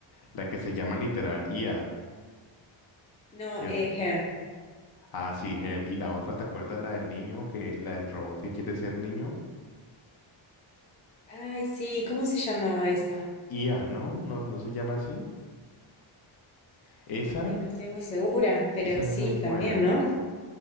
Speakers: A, on the left (about 50°); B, on the left (about 15°).
A: la que se llama literal IA,
B: No,
A: ¿cierto?
B: eh, Her.
A: Ah, sí, Her. Y la otra, ¿te acuerdas la del niño que, la del robot que quiere ser niño?
B: Ay, sí, ¿cómo se llamaba esa?
A: IA, ¿no? No, no se llama así. Esa,
B: Ay, no estoy muy segura, pero
A: esa es
B: sí,
A: muy buena.
B: también, ¿no?